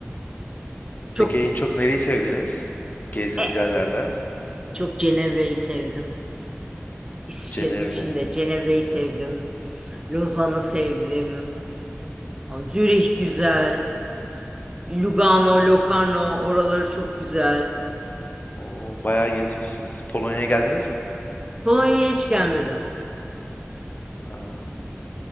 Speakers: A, on the right; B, on the left.
A: Çok
B: Peki en çok nereyi sevdiniz? Gezdiğiniz
A: e,
B: yerlerde?
A: Çok Cenevre'yi sevdim. İsviçre'nin
B: Cenevre.
A: içinde Cenevre'yi sevdim. Lozan'ı sevdim. Zürih güzel. Lugano, Locarno oraları çok güzel.
B: Oo, bayağı gezmişsiniz. Polonya'ya geldiniz mi?
A: Polonya'ya hiç gelmedim.
B: Aa.